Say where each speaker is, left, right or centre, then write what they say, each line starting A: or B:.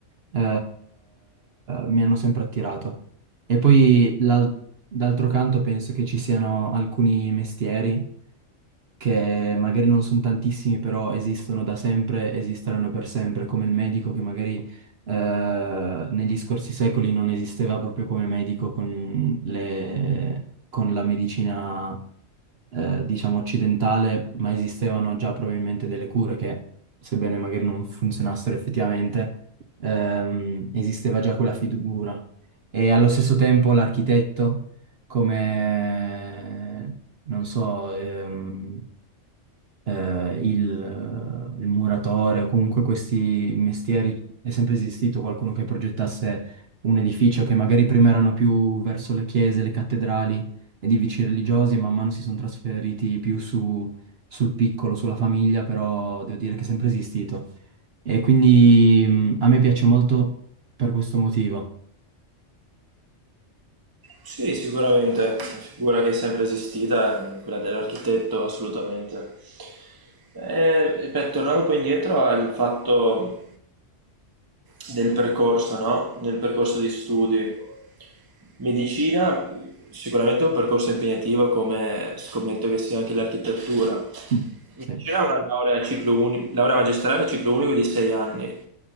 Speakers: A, on the right; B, on the right.
A: eh, mi hanno sempre attirato. E poi l'al- d'altro canto penso che ci siano alcuni mestieri che magari non sono tantissimi, però esistono da sempre, esisteranno per sempre, come il medico che magari eh, negli scorsi secoli non esisteva proprio come medico con le- con la medicina eh, diciamo occidentale, ma esistevano già probabilmente delle cure che, sebbene magari non funzionassero effettivamente, ehm, esisteva già quella figura. E allo stesso tempo l'architetto, come, non so, ehm, eh, il, il muratore o comunque questi mestieri, è sempre esistito qualcuno che progettasse un edificio che magari prima erano più verso le chiese, le cattedrali, edifici religiosi, man mano si sono trasferiti più su, sul piccolo, sulla famiglia, però devo dire che è sempre esistito. E quindi mh, a me piace molto per questo motivo.
B: Sì, sicuramente, è una figura che è sempre esistita, eh, quella dell'architetto, assolutamente. Eh, ripeto, tornando poi indietro al fatto del percorso, no? Del percorso di studi. Medicina sicuramente è un percorso impegnativo come scommetto che sia anche l'architettura.
A: Mm,
B: Invece
A: Sì.
B: era una laurea a ciclo uni- laurea magistrale a ciclo unico di 6 anni.